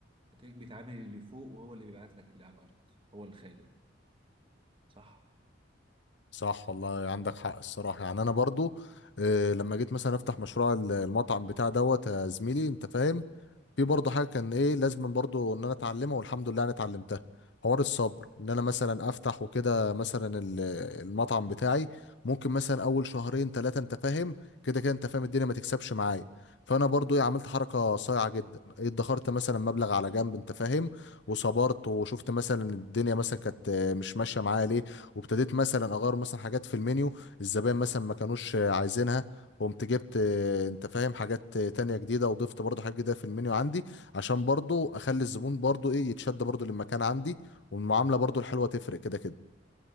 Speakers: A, on the right; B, on the left.
A: هتلاقيك بتعامل اللي فوق وهو اللي بيبعت لك اللي على الارض هو الخالق صح
B: صح والله عندك حق الصراحة يعني انا برضو آه، لما جيت مثلا افتح مشروع ال- المطعم بتاع دوت يا زميلي انت فاهم في
A: آه.
B: برضه حاجه كان ايه لازم برضه ان انا اتعلمها والحمد لله انا اتعلمتها حوار الصبر ان انا مثلا افتح وكده مثلا ال- المطعم بتاعي ممكن مثلا اول شهرين ثلاثه انت فاهم كده كده انت فاهم الدنيا ما تكسبش معايا فانا برضو إيه عملت حركه صايعه جدا ادخرت مثلا مبلغ على جنب انت فاهم وصبرت وشفت مثلا الدنيا مثلا كانت آه، مش ماشيه معايا ليه وابتديت مثلا اغير مثلا حاجات في المنيو الزبائن مثلا ما كانوش آه، عايزينها قمت جبت آه، انت فاهم حاجات آه، تانية جديدة وضفت برضو حاجات جديدة في المنيو عندي عشان برضو اخلي الزبون برضو ايه يتشد برضو للمكان عندي والمعاملة برضو الحلوة تفرق كده كده